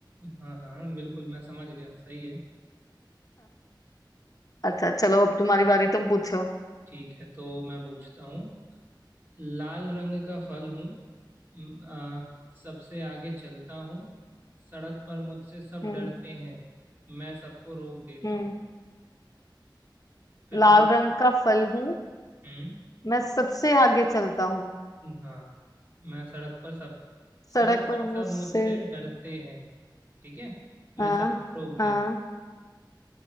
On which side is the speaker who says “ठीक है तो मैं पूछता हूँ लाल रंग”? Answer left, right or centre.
Right